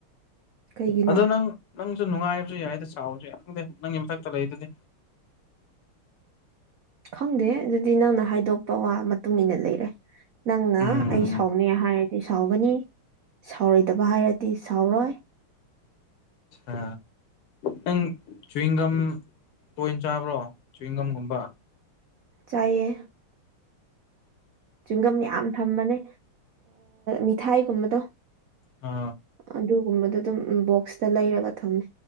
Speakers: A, on the right (about 85°); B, on the left (about 80°).
A: ꯀꯩꯒꯤꯅꯣ
B: ꯑꯗꯣ ꯅꯪ ꯅꯪ ꯑꯗꯨ ꯅꯨꯡꯉꯥꯏꯕꯁꯨ ꯌꯥꯏꯗ ꯆꯥꯎꯥꯎꯕꯁꯨ ꯌꯥ ꯈꯪꯗꯦ ꯅꯪꯒꯤ ꯃꯊꯛꯇ ꯂꯩꯗꯨꯗꯤ
A: ꯈꯪꯗꯦ ꯑꯗꯨꯗꯤ ꯅꯪꯅ ꯍꯥꯏꯗꯣꯛꯄ ꯋꯥ ꯃꯇꯨꯡ ꯏꯟꯅ ꯂꯩꯔꯦ ꯅꯪꯅ
B: ꯎꯝ
A: ꯑꯩ ꯁꯥꯎꯅꯦ ꯍꯥꯏꯔꯗꯤ ꯁꯥꯎꯒꯅꯤ ꯁꯥꯎꯔꯣꯏꯗꯕ ꯍꯥꯏꯔꯗꯤ ꯁꯥꯎꯔꯣꯏ
B: ꯑ ꯅꯪ ꯆꯨꯋꯤꯡꯒꯝ ꯇꯣꯏꯅ ꯆꯥꯕ꯭ꯔꯣ ꯆꯋꯤꯡꯒꯝꯒꯨꯝꯕ
A: ꯆꯥꯏꯌꯦ ꯆꯤꯡꯒꯝ ꯌꯥꯝ ꯊꯝꯃꯅꯦ ꯃꯤꯊꯥꯏꯒꯨꯝꯕꯗꯣ
B: ꯑ
A: ꯑꯗꯨꯒꯨꯝꯕꯗꯣ ꯑꯗꯨꯝ ꯕꯣꯛꯁꯇ ꯂꯩꯔꯒ ꯊꯝꯃꯦ